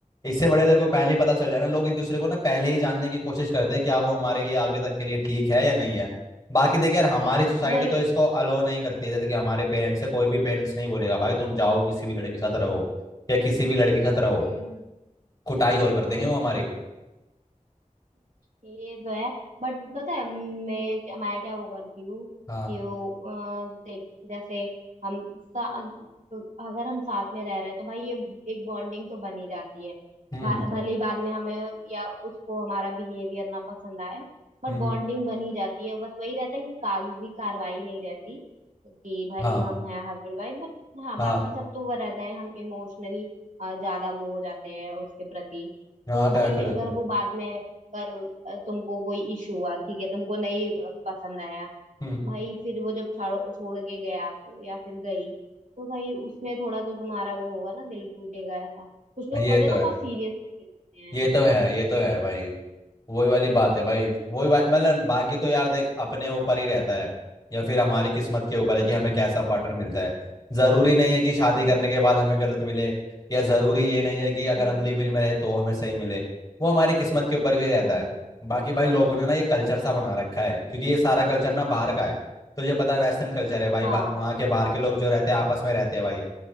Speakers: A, on the left; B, on the right.
A: इससे बड़े तेरे को पहले ही पता चल जाए ना लोग एक दूसरे को ना पहले ही जानने की कोशिश करते हैं क्या वो हमारे लिए आगे तक के लिए ठीक है या नहीं है बाकी देख यार हमारी सोसाइटी
B: बट भाई
A: तो इसको अलो नहीं करती है जैसे कि हमारे पेरेंट्स से कोई भी पेरेंट्स नहीं बोलेगा भाई तुम जाओ किसी भी लड़के के साथ रहो या किसी भी लड़के के साथ रहो
B: हम्म
A: कुटाई और कर
B: हाँ
A: देंगे वो हमारी
B: ये तो है बट पता है मैं क्या मैं क्या वो करती हूँ
A: हाँ
B: कि वो अ, देख जैसे हम सा, तो अगर हम साथ में रह रहे हैं तो भाई ये एक बॉन्डिंग तो बन ही जाती है
A: हम्म
B: भा- भले ही बाद में हमें या उसको हमारा बिहेवियर ना पसंद आए बट
A: हम्म
B: बॉन्डिंग बन ही जाती है बस वही रहता है कि कागजी कार्रवाई नहीं रहती कि भाई
A: हाँ
B: हम हैं हस्बैंड वाइफ बट हाँ
A: हाँ
B: बाकी सब तो वो रहता है हम इमोशनली ज्यादा वो हो जाते हैं उसके प्रति
A: हाँ
B: तो
A: अटैच
B: भाई
A: हो जाते
B: अगर
A: हैं
B: वो बाद में पर अ, तुमको कोई इशू हुआ ठीक है तुमको नहीं अ, पसंद आया
A: हम्म
B: भाई फिर वो जब छाड़ो छोड़ के गया तो या फिर गई तो भाई उसमें थोड़ा तो तुम्हारा वो होगा ना दिल टूटेगा ऐसा कुछ लोग
A: ये
B: होते हैं
A: तो
B: ना
A: है
B: बहुत सीरियस लेते हैं
A: ये तो है ये तो है भाई वही वाली बात है भाई वही वा- मतलब बाकी तो यार देख अपने ऊपर ही रहता है या फिर हमारी किस्मत के ऊपर है
B: हम्म
A: कि हमें कैसा पार्टनर मिलता है जरूरी नहीं है कि शादी
B: हम्म
A: करने के बाद हमें गलत मिले या जरूरी ये नहीं है कि अगर
B: हम्म
A: हम लिव इन में रहे तो हमें सही मिले वो हमारी किस्मत के ऊपर भी रहता
B: हम्म
A: है बाकी भाई लोगों ने ना ये कल्चर सा बना रखा है क्योंकि ये सारा कल्चर ना बाहर का है तुझे पता है वेस्टर्न कल्चर है भाई,
B: हाँ
A: भाई वहाँ के बाहर के लोग जो रहते हैं आपस में रहते हैं भाई